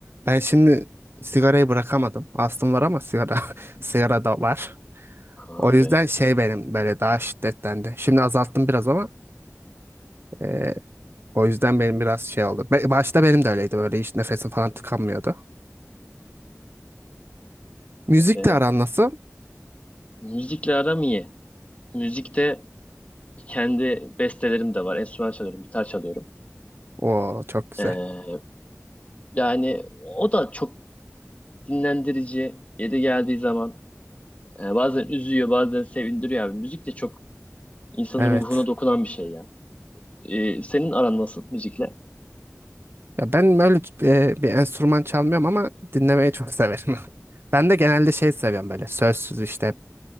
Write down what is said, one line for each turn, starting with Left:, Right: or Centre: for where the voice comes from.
Right: Ben şimdi sigarayı bırakamadım. astım var ama sigara <laughs> sigara da var.
Left: Abi.
Right: O yüzden şey benim böyle daha şiddetlendi. Şimdi azalttım biraz ama e, o yüzden benim biraz şey oldu. Be- Başta benim de öyleydi böyle hiç nefesim falan tıkanmıyordu. Müzikle
Left: E,
Right: aran nasıl?
Left: müzikle aram iyi. Müzikte Kendi bestelerim de var. Enstrüman çalıyorum, gitar çalıyorum.
Right: Oo çok güzel.
Left: Ee, yani o da çok dinlendirici. Yeri geldiği zaman e, bazen üzüyor, bazen sevindiriyor abi. Müzik de çok insanın
Right: Evet.
Left: ruhuna dokunan bir şey ya. Ee, senin aran nasıl müzikle?
Right: Ya ben böyle e, bir enstrüman çalmıyorum ama dinlemeyi çok severim. <laughs> Ben de genelde şey seviyorum böyle sözsüz işte